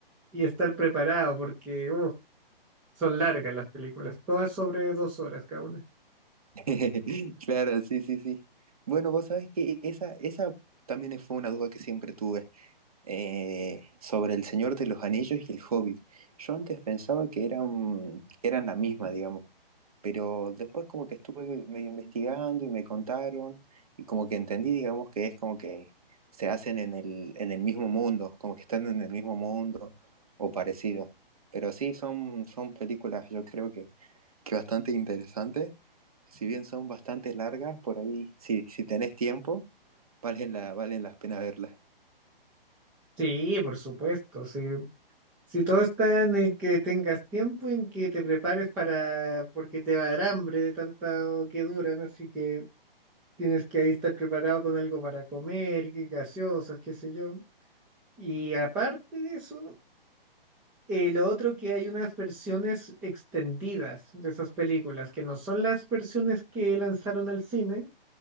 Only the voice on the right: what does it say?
<laughs> Claro, sí, sí, sí. Bueno, vos sabés que esa, esa también fue una duda que siempre tuve. eh, sobre El Señor de los Anillos y El Hobbit. Yo antes pensaba que eran, que eran la misma, digamos, pero después como que estuve medio investigando y me contaron y como que entendí, digamos, que es como que se hacen en el, en el mismo mundo, como que están en el mismo mundo o parecido. Pero sí, son, son películas, yo creo que, que bastante interesantes. Si bien son bastante largas, por ahí, si, si tenés tiempo, valen la, valen las pena verlas.